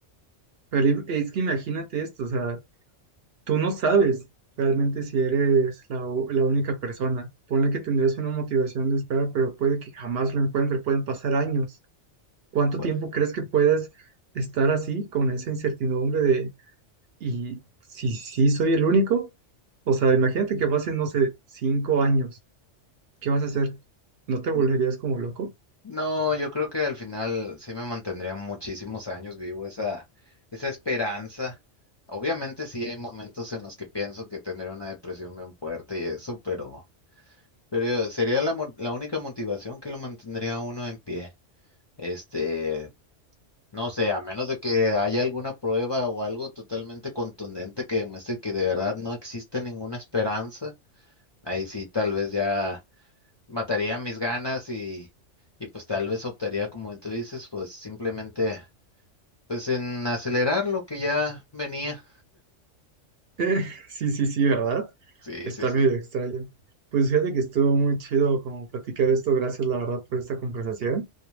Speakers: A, on the right; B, on the left.
A: Pero im- es que imagínate esto, o sea, tú no sabes realmente si eres la, u- la única persona. Ponle que tendrías una motivación de esperar, pero puede que jamás lo encuentres, pueden pasar años. ¿Cuánto
B: Pues,
A: tiempo crees que puedas estar así con esa incertidumbre de... ¿Y si sí soy el único? O sea, imagínate que pasen, no sé, cinco años. ¿Qué vas a hacer? ¿No te
B: n-
A: volverías como loco?
B: no, yo creo que al final sí me mantendría muchísimos años vivo esa, esa esperanza. Obviamente sí hay momentos en los que pienso que tendré una depresión bien fuerte y eso, pero, pero sería la, mo- la única motivación que lo mantendría a uno en pie. Este, no sé, a menos de que haya alguna prueba o algo totalmente contundente que demuestre que de verdad no existe ninguna esperanza, ahí sí tal vez ya mataría mis ganas y, y pues tal vez optaría, como tú dices, pues simplemente pues en acelerar lo que ya venía.
A: Eh, <laughs> sí, sí, sí, ¿verdad?
B: Sí,
A: Está
B: sí, sí.
A: medio extraño. Pues fíjate que estuvo muy chido como platicar esto. Gracias, la verdad, por esta conversación.